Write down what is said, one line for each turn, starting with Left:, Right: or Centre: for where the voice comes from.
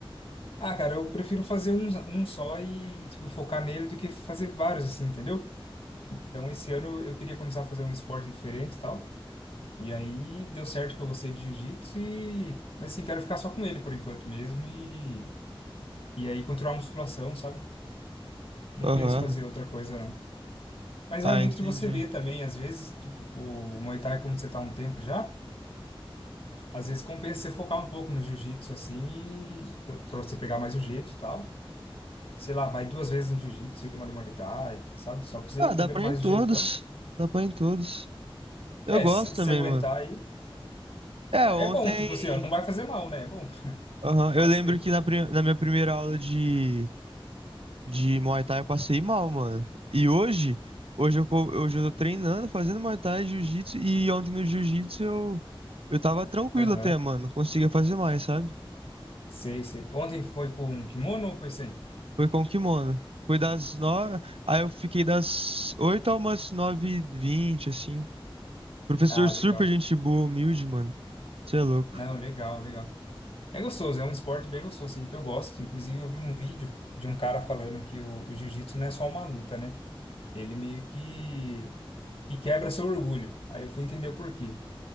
Left: Ah, cara, eu prefiro fazer um, um só e, tipo, focar nele do que fazer vários, assim, entendeu? Então, esse ano eu queria começar a fazer um esporte diferente e tal. E aí, deu certo que eu gostei de jiu-jitsu e... Mas, assim, quero ficar só com ele por enquanto mesmo e... E aí, continuar a musculação, sabe? Não
Right: Aham.
Left: penso em fazer outra coisa, não. Mas
Right: Ah,
Left: vai muito
Right: entendi.
Left: de você ver também. Às vezes, tipo, o Muay Thai, como você tá há um tempo já, às vezes compensa você focar um pouco no jiu-jitsu, assim, e... Pra pra você pegar mais o jeito e tal. sei lá, vai duas vezes no jiu-jitsu e uma no Muay Thai, sabe? Só pra você
Right: Ah,
Left: ir
Right: dá
Left: pegando
Right: pra
Left: mais
Right: ir em todos.
Left: o jeitão.
Right: Dá pra ir em todos. Eu
Left: É,
Right: gosto
Left: se, se
Right: também,
Left: aguentar
Right: mano.
Left: aí,
Right: É,
Left: é
Right: ontem.
Left: bom, tipo assim, ó, não vai fazer mal, né? É bom.
Right: Aham,
Left: Quanto
Right: eu
Left: mais
Right: lembro
Left: você.
Right: que na, pri- na minha primeira aula de, de Muay Thai eu passei mal, mano. E hoje, hoje eu, co- hoje eu tô treinando, fazendo Muay Thai, Jiu-Jitsu. E ontem no Jiu-Jitsu eu, eu tava tranquilo
Left: Aham,
Right: até, mano. Conseguia fazer mais, sabe?
Left: sei, sei. Ontem foi com um kimono ou foi sem?
Right: Foi com kimono. Foi das nove. Aí eu fiquei das oito a umas nove e vinte, assim. Professor
Left: Ah,
Right: super
Left: legal.
Right: gente boa, humilde, mano. Você é louco.
Left: Não, legal, legal. É gostoso, é um esporte bem gostoso, assim, que eu gosto. Inclusive, eu vi um vídeo de um cara falando que o, o jiu-jitsu não é só uma luta, né? Ele meio que, que quebra seu orgulho. Aí eu fui entender o porquê.